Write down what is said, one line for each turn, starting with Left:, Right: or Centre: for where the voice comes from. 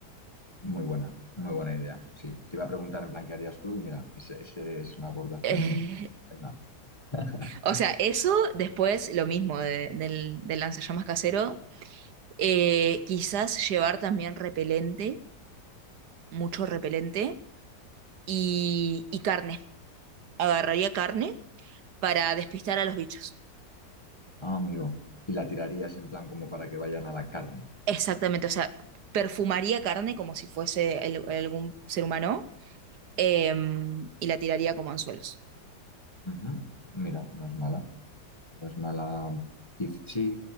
Left: muy buena, muy buena idea. Sí, te iba a preguntar en plan qué harías tú y mira, ese, ese es una abordación.
Right: <laughs> Eh,
Left: estupenda. <laughs>
Right: O sea, eso después lo mismo de- del, del lanzallamas casero. Eh, quizás llevar también repelente, mucho repelente y, y carne. Agarraría carne para despistar a los bichos.
Left: Ah, amigo. Y la tirarías en plan como para que vayan a la carne.
Right: Exactamente, o sea, perfumaría carne como si fuese el- algún ser humano em, y la tiraría como anzuelos.
Left: Ujú, Mira, no es mala. No es mala. Quiz- Sí,